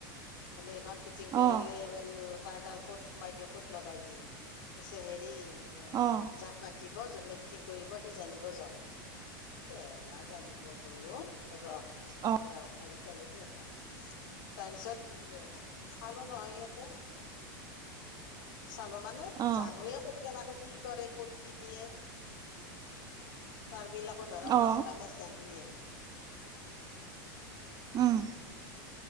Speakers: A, on the left; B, on the right.
A: বোলে এইখন ফিটিং কৰিলে,
B: অ
A: বাৰু মোৰ তাৰ ডাল ক'ত সোমাই দিয়ে, ক'ত লগাই দিয়ে, কৈছে হেৰি,
B: অ'
A: যাক মাতিব, যোনে ফিটিং কৰিব, সি জানিব যাওক, সেইয়াই লাল‌, জানিব গ'লো ৰহ,
B: অ
A: সেয়া আহি পালো দে এতিয়া। তাৰ পিছত চালোঁ নহয়, ইয়াতে। চালো মানে
B: অ
A: জানুৱে কত কেনেকৈ, কি কৰে, ক'ত কি দিয়ে, তাৰ বিলাকো ধৰা
B: অ
A: প্লাছ মাইনাছ, <unintelligible>
B: উম।